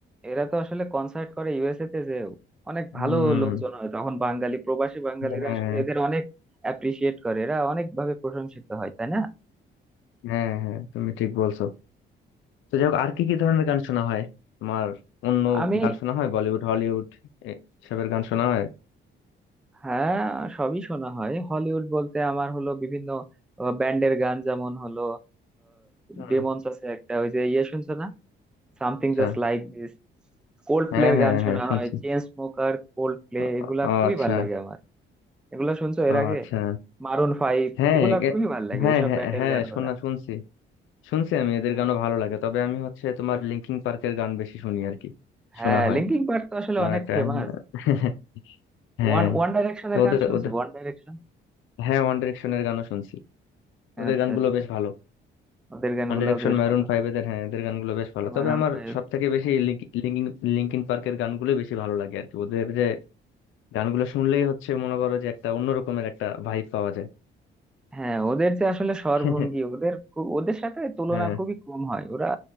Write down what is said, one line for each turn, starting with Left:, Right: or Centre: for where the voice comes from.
Centre: এরা তো আসলে কনসার্ট করে ইউএসএ তে যে অনেক
Left: হম
Centre: ভালো লোকজন হয় তখন বাঙালি প্রবাসী বাঙালিরা
Left: হ্যাঁ
Centre: আসলে এদের অনেক অ্যাপ্রিসিয়েট করে এরা অনেক ভাবে প্রশংসিত হয় তাই না
Left: হ্যাঁ হ্যাঁ তুমি ঠিক বলছো তো যাই হোক আর কি কি ধরনের গান শোনা হয় তোমার অন্য
Centre: আমি
Left: গান শোনা হয় বলিউড হলিউড এ- এসবের গান শোনা হয়
Centre: হ্যাঁ সবই শোনা হয় হলিউড বলতে আমার হলো বিভিন্ন ব্যান্ডের গান যেমন হলো
Left: হুম,
Centre: ডেমন্স আছে একটা ওই যে ইয়ে শুনছো না সামথিং
Left: আচ্ছা
Centre: জাস্ট লাইক দিস কোল্ড
Left: হ্যাঁ
Centre: প্লের
Left: হ্যাঁ
Centre: গান শোনা
Left: হ্যাঁ শুনছি
Centre: হয় চেন স্মোকার কোল্ড প্লে
Left: ও
Centre: এগুলা
Left: ও- ও,
Centre: খুবই
Left: আচ্ছা
Centre: ভাল লাগে আমার এগুলা শুনছো এর
Left: ও
Centre: আগে
Left: আচ্ছা
Centre: মারুন ফাইভ
Left: হ্যাঁ
Centre: এগুলা
Left: একে-
Centre: খুবই ভাল লাগে
Left: হ্যাঁ
Centre: এসব
Left: হ্যাঁ
Centre: ব্যান্ডের
Left: হ্যাঁ
Centre: গানগুলা
Left: শোনা শুনছি শুনছি আমি এদের
Centre: হ্যাঁ
Left: গানও ভালো লাগে তবে আমি হচ্ছে তোমার লিঙ্কিং পার্কের গান বেশি শুনি আর কি
Centre: হ্যাঁ
Left: শোনা হয়
Centre: লিঙ্কিং পার্ক তো আসলে
Left: আমার
Centre: অনেক
Left: একটা
Centre: ফেমাস
Left: <laughs> হ্যাঁ
Centre: ওয়ান ওয়ান ডাইরেকশনের
Left: তো ওদের
Centre: গান শুনছো
Left: ওদের
Centre: One direction
Left: হ্যাঁ ওয়ান ডিরেকশনের গানও শুনছি ওদের
Centre: আচ্ছা
Left: গানগুলো
Centre: আচ্ছা
Left: বেশ ভালো
Centre: ওদের গানগুলো
Left: ওয়ান ডিরেকশন
Centre: বেশ
Left: মারুন
Centre: ভালো
Left: ফাইভ এদের হ্যাঁ এদের গানগুলো বেশ ভালো
Centre: মারুন
Left: তবে আমার
Centre: ফাইভ
Left: সব থেকে বেশি লিঙ্কিং লিঙ্কিং পার্কের গানগুলো বেশি ভালো লাগে আর কি ওদের যে গানগুলো শুনলেই হচ্ছে মনে করো যে একটা অন্যরকমের একটা ভাইব পাওয়া যায়
Centre: হ্যাঁ ওদের যে আসলে স্বরভঙ্গি
Left: <laughs>
Centre: ওদের খুব ওদের সাথে তুলনা
Left: হ্যাঁ
Centre: খুবই কম হয় ওরা